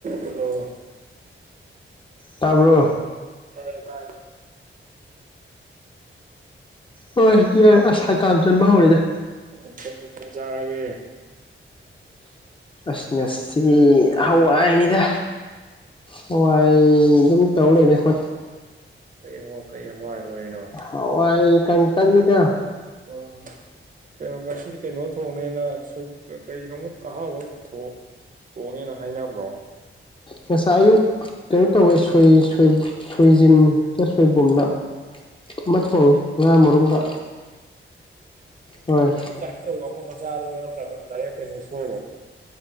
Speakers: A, on the right; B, on the left.
A: hello
B: ꯇꯥꯕ꯭ꯔꯣ
A: ꯇꯥꯔꯕ
B: ꯍꯣꯏ ꯌꯥꯏ ꯑꯁ ꯍꯀꯥꯝ ꯆꯟꯕ ꯍꯧꯔꯛꯑ‌ꯦ
A: <unintelligible> ꯆꯥꯔꯒꯦ
B: ꯑꯁ ꯉꯁꯤ ꯍꯋꯥꯏꯅꯤꯗ ꯍꯋꯥꯏ ꯑꯗꯨꯝ ꯇꯧ ꯂꯩꯔꯦ ꯈꯣꯏ
A: ꯀꯩ ꯀꯩ ꯍꯋꯥꯏ ꯑꯣꯏꯔꯤꯅꯣ
B: ꯍꯋꯥꯏ ꯀꯪꯇꯟꯅꯤꯗꯥ
A: ꯎ ꯀꯩꯅꯣ ꯉꯁꯤꯗꯤ ꯀꯩꯅꯣ ꯊꯣꯡ ꯅꯦꯅ ꯁꯣꯏ ꯀꯔꯤꯅꯣꯝꯃ ꯑꯍꯥꯎꯕ ꯑꯃ ꯊꯣꯡ ꯊꯣꯡꯅꯤꯅ ꯍꯥꯏꯅꯕ꯭ꯔꯣ
B: ꯉꯁꯥꯏ ꯑꯌꯨꯛ ꯀꯩꯅꯣ ꯇꯧꯋꯦ ꯁꯣꯏ ꯁꯣꯏ ꯁꯣꯏꯖꯤꯟ ꯁꯣꯏꯕꯨꯝꯂ ꯑꯃ ꯊꯣꯡꯉꯦ ꯉꯥ
A: <unintelligible>
B: ꯃꯔꯨꯝꯒ ꯍꯣꯏ
A: ꯇꯥꯏꯞ ꯇꯧꯕ ꯑꯃ ꯃꯆꯥ ꯑꯗꯨꯔ ꯅꯠꯇ꯭ꯔꯒ ꯗꯥꯏꯔꯦꯛ ꯀꯩꯅꯣ ꯎꯁꯣꯏꯔꯣ